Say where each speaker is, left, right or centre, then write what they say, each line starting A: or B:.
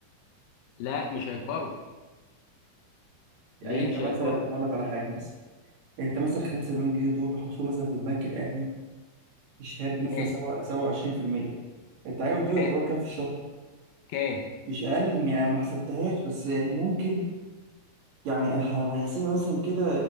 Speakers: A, on the left (about 85°); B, on the right (about 65°).
A: لا مش هيكبروا
B: يعني
A: ليه
B: انت
A: مش
B: مثلا
A: هيكبروا
B: هقول لك على حاجة مثلا انت مثلا 5 مليون جنيه دول حطيتهم مثلا في البنك الاهلي بشهادة مثلا
A: ماشي
B: سبعة- 27% انت عارف دول
A: حلو
B: هتروح كام في الشهر
A: كام
B: مش اقل من- يعني ما حسبتهاش بس يعني ممكن يعني الح- لو هنحسبها مثلا كده